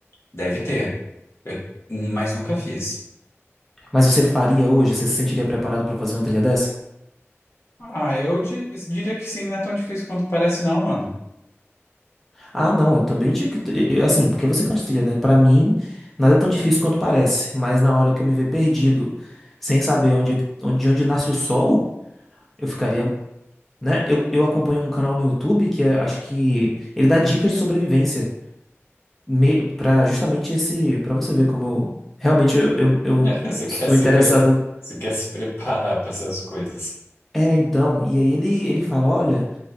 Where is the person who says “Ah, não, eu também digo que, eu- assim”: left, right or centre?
Centre